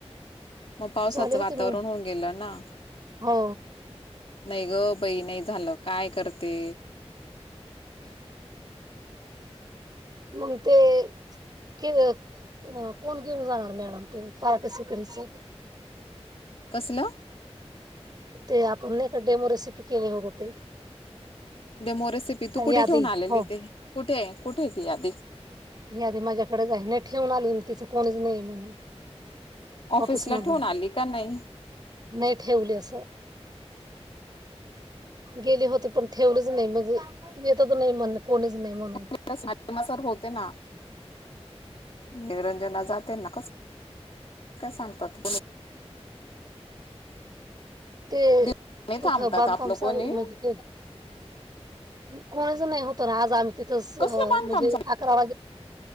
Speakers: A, on the left (about 55°); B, on the right (about 40°).
A: मग पावसाचं
B: झाले होते
A: वातावरण
B: मग.
A: होऊन गेलं ना
B: हो,
A: नाही ग बाई नाही झालं काय करते.
B: <unintelligible> मग ते कि अं कोण घेऊन जाणार मॅडम ते पारटि्सिपट्स
A: कसलं?
B: ते आपन नैका डेमो रेसिपी केले होते.
A: डेमो रेसिपी तू कुठे
B: यादी
A: ठेऊून आलेली
B: हो
A: ते कुठेय कुठे ती आधी
B: यादी माझ्याकडच आहे ना ठेवून आले मी तिचं कोणीच नाही म्हणून
A: ऑफिसला
B: ऑफिस मधून
A: ठेवून आली का नाही
B: नाही ठेवली अस गेली होती पण ठेवलच नाही मग येतच नाही म्हण कोणीच नाही म्हणून
A: <unintelligible> होते ना निरंजन जाते नकोच काय सांगतात
B: ते
A: नाही
B: तिथं
A: थांबतात
B: बांधकाम
A: आपलं
B: सारू
A: कोणी
B: म्हणजे कोणाच नाही होत ना आज आम तिथच म्हणजे
A: कसलं बांधकाम चाल
B: अकरा वाजे